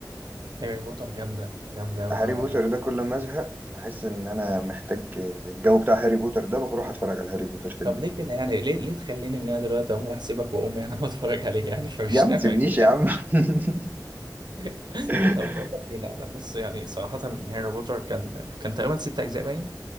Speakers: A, on the right; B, on the right.
A: هاري بوتر جامده جامده قوي
B: هاري
A: قوي
B: بوتر
A: يعني
B: ده كل ما ازهق احس ان انا محتاج الجو بتاع هاري بوتر ده بروح اتفرج على هاري بوتر تاني
A: طب
B: من الاول
A: ليه كده يعني ليه ليه تخليني ان انا دلوقتي اقوم هسيبك وامي انا بتفرج عليه يعني <laughs> فمش
B: يا عم ما
A: نافع
B: تسيبنيش
A: كده
B: يا
A: يعني
B: عم <laughs>
A: <laughs>
B: <laughs>
A: طب بقول لك ايه لا لا بص يعني صراحه هاري بوتر كان كان تقريبا ست اجزاء باين